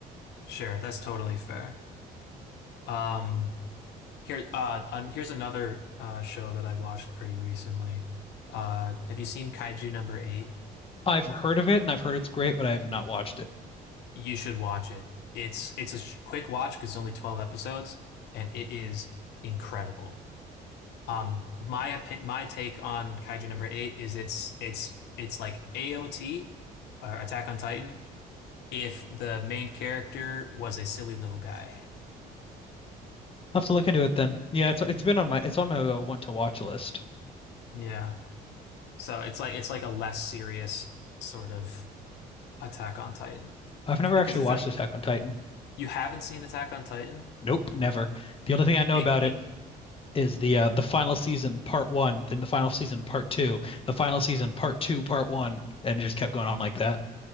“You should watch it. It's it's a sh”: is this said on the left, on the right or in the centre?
Left